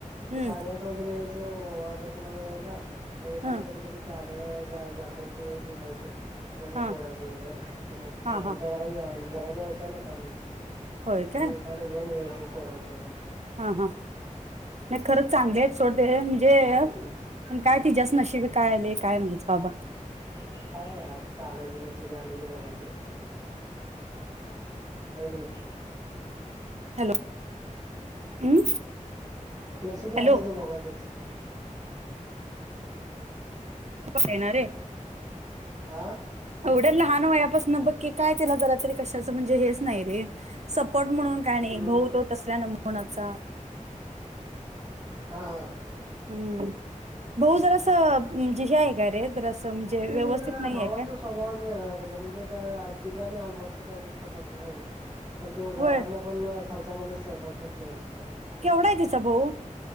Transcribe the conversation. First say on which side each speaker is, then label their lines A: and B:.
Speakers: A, on the right (about 55°); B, on the right (about 30°).
A: हम्म
B: साडेआठ वगैरे यायचं, वाजायचं मला यायला पण येताना
A: हं
B: कधी कधी चालत जाता ना ते दिसायचे. त्यांना
A: हा
B: सोडायचं हों त,
A: हा
B: आमच्या
A: हा
B: घरा घरा जवळचं ना काम तेच.
A: होय काय
B: नाही त्याने जध्यान यायचे सोडायचं.
A: हा हा. नाही खरंच चांगले येत, सोडते म्हणजे
B: काय
A: पण काय तिच्याज नशीबी काय आले. काय नाही चं बाबा.
B: काय चालायचं नशीबी आले ते भोगायच़चं. <unintelligible> नाही.
A: हॅलो हम्म
B: नशीबी
A: हॅलो
B: आलंय ते भोगायच.
A: येणारे.
B: आं?
A: एवढ्या लहान वयापासून बघ की काय तिला जरा तरी कशाचं म्हणजे हेच नाही रे. सपोर्ट म्हणून काय नाही,
B: हम्म
A: भाऊ तो तसल्या नमुन्याचा.
B: हां.
A: हम्म. भाऊ जरा असं म्हणजे हे, आहे काय रे जरा असं म्हणजे
B: ते
A: व्यवस्थित
B: जरा
A: नाही
B: भावाचा
A: आहे काय.
B: स्वभावच वेगळा आहे त्याचा, म्हणजे त्या तिचा आणि आलमातच काहीतरी पटतच नाही म्हटत. आणि त्यो घरातल्या
A: होय
B: पण खर्चामध्ये सहभाग घेतले नव्हते त्याचे.
A: केवढा आहे तीचा भाऊ?